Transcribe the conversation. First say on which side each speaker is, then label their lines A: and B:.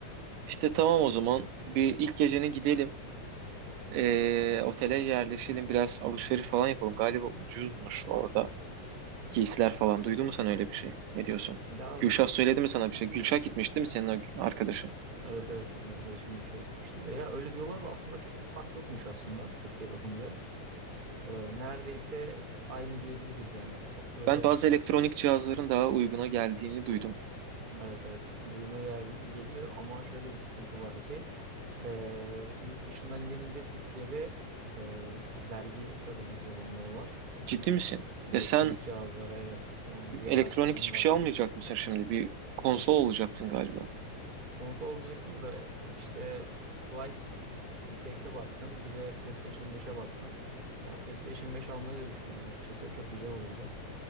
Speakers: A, on the right; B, on the right.
A: İşte tamam o zaman bir ilk geceni gidelim. Ee, otele yerleşelim biraz alışveriş falan yapalım. Galiba ucuzmuş orada giysiler falan. Duydun mu sen öyle bir şey? Ne diyorsun?
B: Ya
A: Gülşah söyledi mi sana bir şey? Gülşah gitmiş değil mi senin o arkadaşın?
B: evet evet benim arkadaşım Gülşah gitmişti de ya öyle diyorlar da aslında çok bir fark yokmuş aslında Türkiye bakınca. Ee, neredeyse aynı diyebiliriz yani. Çok böyle
A: Ben bazı elektronik cihazların daha uyguna geldiğini duydum.
B: Evet evet oyuna gel geliyor ama şöyle bir sıkıntı var ki e, yurt dışından gelince Türkiye'de e, vergi ödemek zorunluluğu var.
A: Ciddi misin? Ya
B: Elektronik
A: sen
B: cihazlara evet onu bir
A: elektronik
B: araştırdım
A: hiçbir
B: baktım.
A: şey almayacak mısın şimdi? Bir konsol olacaktın galiba.
B: Konsol olacaktım da işte Flight Deck'e baktım bir de PlayStation 5'e baktım. Ya PlayStation 5 almayı da düşünüyorum açıkçası çok güzel olurdu.